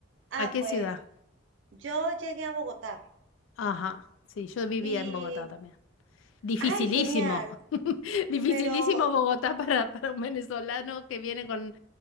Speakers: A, on the right; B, on the left.
A: ah,
B: ¿A qué
A: pues
B: ciudad?
A: yo llegué a Bogotá
B: Ajá, sí, yo vivía
A: y,
B: en Bogotá también. Dificilísimo,
A: ay, genial,
B: <laughs> dificilísimo
A: pero
B: Bogotá para, para un venezolano que viene con